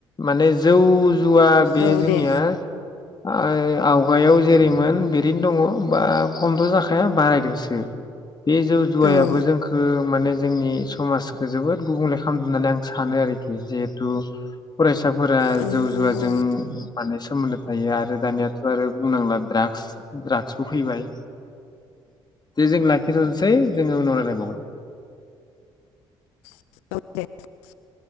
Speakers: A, on the left (about 30°); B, on the left (about 75°).
A: माने जौ जुवा बे
B: औ
A: जोंनिया
B: दे
A: ओ आवगायाव जेरैमोन बेरैनो दङा बा खमथ' जाखाया बारायदोंसो। बे जौ जुवायाबो
B: औ
A: जोंखौ माने जोंनि समाजखो जोबोद गुबुंले खालामदों होननानै आं सानो आरो खि जिहेतु फरायसा फोरा
B: औ
A: जौ
B: नंगौ
A: जुवाजों
B: औ
A: माने सोमोन्दो थायो आरो दानिया आरो बुंनांला द्राग्स ड्राग्सबो फैबाय दे जों लाखिथनोसै जोङो उनाव रायलायबावगोन।
B: <inaudible>